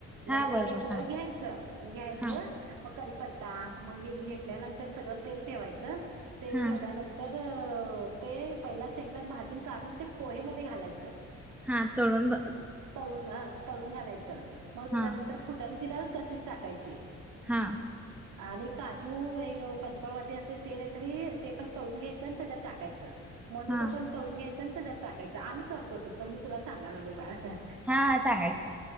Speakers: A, in the centre; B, on the right (about 80°).
A: हा
B: न ते
A: बरोबर
B: हे सगळं
A: हा
B: घ्यायचं घ्यायचं
A: हा
B: मग कीपत्ता मग हे घेतल्यानंतर सगळं तेल ठेवायचं तेल
A: हा
B: ठेवल्यानंतर तर ते पहिला शेंगदाण भाजून काढून ते पोहेमध्ये घालायचं
A: हा तोळून ब
B: तळून हा तळून घालायचं मग त्याच्यानंतर
A: हा
B: फुटाण्याची डाळ तशीच टाकायची
A: हा
B: आणि काजू एक पंचपाळ वाटी असते ते नाहीतरी ते पण तळून घ्यायचं आणि त्याच्यात टाकायचं मनुकं
A: हा
B: पण तळून घ्यायचं त्याच्यात टाकायचं आम्ही करतो तसं मी तुला सांगाल बा हा
A: हा सांगा की